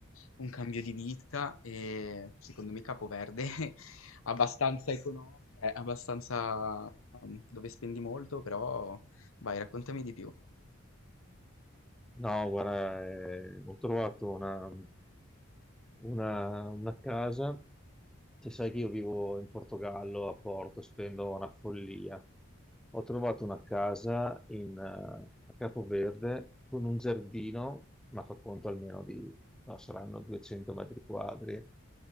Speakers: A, on the left; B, in the centre.
A: un cambio di vita e secondo me Capoverde <laughs> è abbastanza economico, cioè abbastanza um, dove spendi molto, però vai, raccontami di più.
B: No, guarda, eh, ho trovato una, una- una casa, cioè, sai che io vivo in Portogallo, a Porto, spendo una follia. Ho trovato una casa in, eh, a Capoverde con un giardino, ma fa conto almeno di, no, saranno 200 metri quadri,